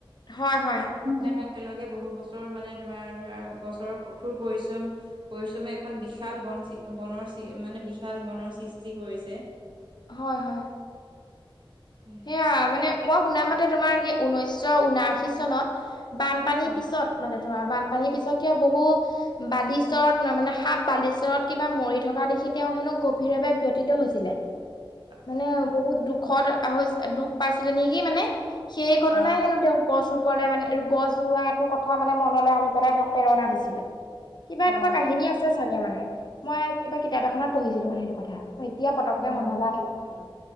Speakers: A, on the left; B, on the right.
A: হয় হয়।
B: ইয়াক একেলগে বহুত বছৰৰ মানে তোমাৰ ধৰা বছৰৰ কঠোৰ পৰিশ্ৰম পৰিশ্ৰমে এখন বিশাল বন বনৰ মানে বিশাল বনৰ সৃষ্টি কৰিছে।
A: হয়-হয়।
B: সেয়েহে।
A: সেইয়া মানে মই শুনা মতে তোমাৰ কি ঊনৈশ ঊনাশী চনত বানপানীৰ
B: হয়
A: পিছত মানে তোমাৰ বানপানীৰ পিছত কিয় বহু বালিচৰত ন মানে সাপ বালিচৰত কিবা মৰি থকা দেখি, তেওঁ হেনো গভীৰভাৱে ব্যথিত হৈছিলে।
B: <inaudible>
A: মানে বহুত দুখত হৈ, দুখ পাইছিলে নেকি মানে? সেই ঘটনাই
B: অ
A: হেনো তেওঁক গছ ৰুবলে মানে গছ ৰোৱাটো কথা মানে মনলৈ আনি পেলাই তেওঁক প্ৰেৰণা দিছিলে। কিবা
B: অ
A: এনেকুৱা কাহিনী আছে চাগে মানে, মই এইবাৰ কিতাপ এখনত পঢ়িছিলোঁ মানে সেইটো কথা, মই এতিয়া পতককে
B: অ হয়
A: মনলে
B: হয়
A: আহিলে কথাটো।